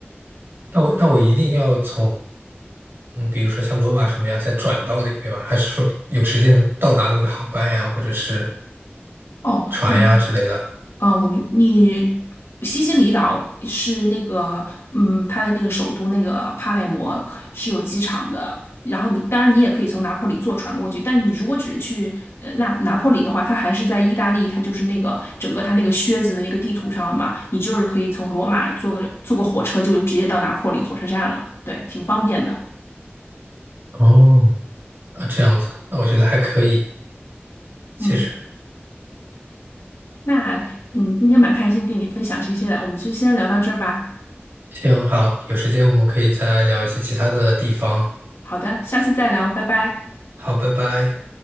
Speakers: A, on the right; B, on the left.
A: 那我那我一定要从。嗯，比如说像罗马什么呀，再转到那个边吗？还是说有直接能到达的那个航班呀，或者是
B: 哦，
A: 船呀之类的？
B: 我。啊，我明你西西里岛是那个，嗯，它的那个首都那个帕莱摩可是有机场的。然后你当然你也可以从拿破里坐船过去，但是你如果只是去呃那拿破里的话，它还是在意大利，它就是那个整个它那个靴子的那个地图上了嘛，你就是可以从罗马坐个坐个火车就直接到拿破里火车站了，对，挺方便的。
A: 哦，啊，这样子，那我觉得还可以，其实，
B: 嗯，那嗯今天蛮开心跟你分享这些的，我们就先聊到这儿吧。
A: 行好，有时间我们可以再聊一些其他的地方。
B: 好的，下次再聊，拜拜。
A: 好，拜拜。